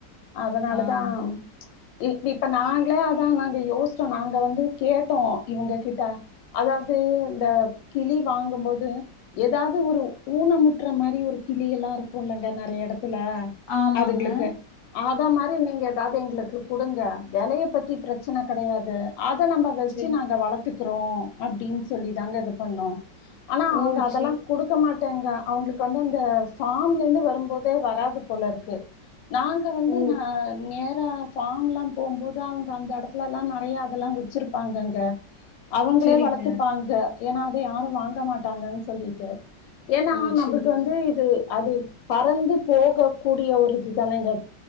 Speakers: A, on the left; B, on the left.
A: அதனால
B: ஆம்.
A: தா இ இப்ப நாங்களே அதா நாங்க யோசிச்சோ நாங்க வந்து கேட்டோ இவங்க கிட்ட அதாவது இந்த கிளி வாங்கும்போது ஏதாவது ஒரு ஊனமுட்டுற மாரி ஒரு கிளி எல்லா இருக்கும்லங்க நெறைய இடத்துல
B: ஆமாங்க.
A: அதுங்களுக்கு அத மாதிரி நீங்க ஏதாவது எங்களுக்கு கொடுங்க வெலையபத்தி பிரச்சன கெடையாது அத நம்ம வச்சு
B: சரி.
A: நாங்க வளத்துக் இருக்கறோ அப்டின்னு சொல்லி தாங்க இது பண்ணோ ஆனா
B: ஓ!
A: அவங்க அதெல்லா
B: சரி.
A: குடுக்க மாட்டேங்க அவங்களுக்கு வந்து அந்த ஃபம்ல இருந்து வரும்போதே வராது போல இருக்கு நாங்க வந்து
B: ஓ!
A: ந நேரா ஃபாம் எல்லா போம்போது அவங்க அந்த எடத்துல எல்லா நெறையா அதெல்லா வச்சிருப்பாங்க அங்க அவங்களே
B: சரிங்க.
A: வளத்துப்பாங்க ஏன்னா அத யாரு வாங்க மாட்டாங்கன்னு சொல்லிட்டு ஏன்னா
B: ஓ!
A: நம்மளுக்கு
B: சரி.
A: வந்து இது அது பறந்து போகக் கூடிய ஒரு இது தானேங்க